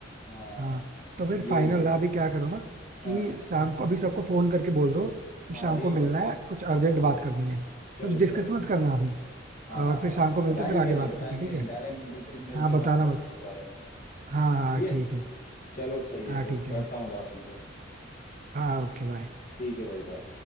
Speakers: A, on the left (about 45°); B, on the right (about 40°).
A: हाँ
B: हाँ तो फिर
A: यही
B: फाइनल
A: है
B: अभी क्या करो ना कि
A: हाँ
B: शाम को अभी सबको फोन करके बोल दो कि
A: हाँ
B: शाम
A: यही
B: को मिलना
A: करते हैं
B: है कुछ अर्जेंट बात करनी है
A: चलो
B: कुछ डिस्कस
A: चलो
B: मत करना अभी
A: हाँ
B: और फिर शाम को मिलते
A: बताएंगे
B: हैं फिर आगे
A: नहीं
B: बात
A: बताएंगे
B: करते हैं
A: नहीं
B: ठीक है
A: डायरेक्ट बिल्कुल मिल
B: हाँ
A: के
B: बताना
A: बात करते
B: मत
A: हैं इस बारे में
B: हाँ
A: सही
B: हाँ
A: है
B: ठीक है
A: चलो सही है
B: हाँ
A: फिर
B: ठीक है
A: करता
B: ओके
A: हूँ बात तुमसे
B: हाँ ओके बाय
A: ठीक है भाई बाय